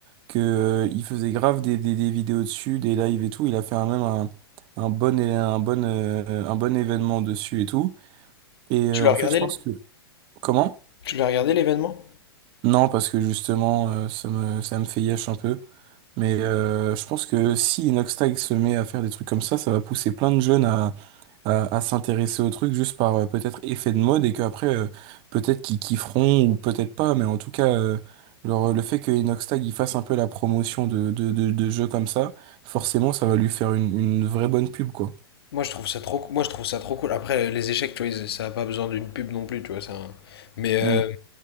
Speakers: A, on the right; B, on the left.
A: que euh, il faisait grave des, des, des vidéos dessus, des lives et tout. Il a fait un, même un, un bon, é- un, bon, euh, un bon événement dessus et tout. Et euh,
B: Tu l'as
A: en
B: regardé,
A: fait, je
B: l-
A: pense que... Comment?
B: tu l'as regardé l'événement?
A: Non, parce que justement, euh, ça me, ça me fait yesh un peu. Mais euh, je pense que si Inoxtag se met à faire des trucs comme ça, ça va pousser plein de jeunes à, à s'intéresser au truc juste par euh, peut-être effet de mode et qu'après euh, peut-être qu'ils kifferont ou peut-être pas mais en tout cas euh, genre, le fait que Inox il fasse un peu la promotion de, de, de, de jeux comme ça forcément ça va lui faire une, une vraie bonne pub quoi
B: Moi je trouve ça trop, moi je trouve ça trop cool. Après les échecs, tu vois, ils- ça a pas besoin d'une pub non plus, tu vois. Ça... hein. Mais euh,
A: Hmm.